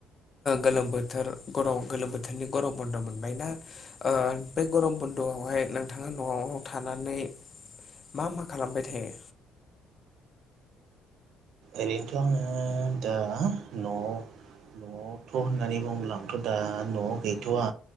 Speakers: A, on the left (about 35°); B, on the right (about 70°).
A: गोलोम बोथोरनि गरम गोलोम बोथोरनि गरम बन्द' मोनबायनाा बे गरम बुन्द'आवहाय नोंथाङा न'आव थानानै मा मा खालामबाय थायो
B: ओरैनोथ' आंङो दा न'आव न'आवथ' होननानै बुंबोला आांथ' दा न'आव गैथ'वा